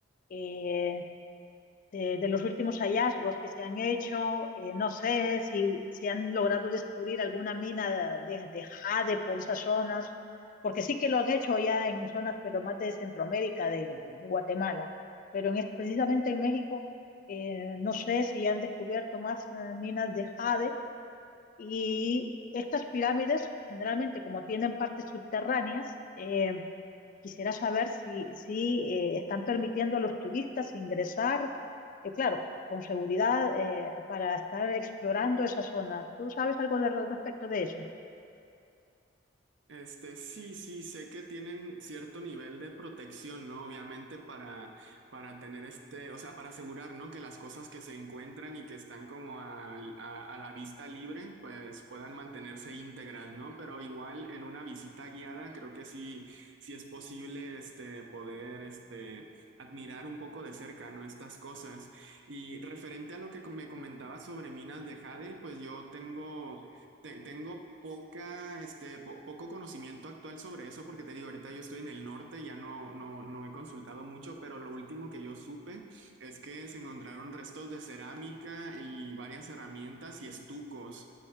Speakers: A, on the left (about 45°); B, on the right (about 75°).
A: eh, de, de los últimos hallazgos que se han hecho. Eh, no sé si, si han logrado descubrir alguna mina de, de jade por esas zonas, porque sí que lo han hecho ya en zonas, pero más de Centroamérica, de, de de Guatemala. Pero en, es- precisamente en México, eh, no sé si han descubierto más eh, minas de jade y estas pirámides generalmente como tienen partes subterráneas, eh, Quisiera saber si, si eh, están permitiendo a los turistas ingresar, eh, claro, con seguridad eh, para estar explorando esa zona. ¿Tú sabes algo de- al respecto de eso?
B: Este, sí, sí, sé que tienen cierto nivel de protección, ¿no? Obviamente para, para tener este, o sea, para asegurar, ¿no? Que las cosas que se encuentran y que están como al- a, a la vista libre, pues puedan mantenerse íntegras, ¿no? Pero igual en una visita guiada, creo que sí, sí es posible, este, poder, este, admirar un poco de cerca, ¿no? Estas cosas. Y referente a lo que me comentaba sobre minas de jade, pues yo tengo Te- tengo poca, este, po- poco conocimiento actual sobre eso, porque te digo, ahorita yo estoy en el norte, ya no, no, no he consultado mucho, pero lo último que yo supe es que se encontraron restos de cerámica y varias herramientas y estucos.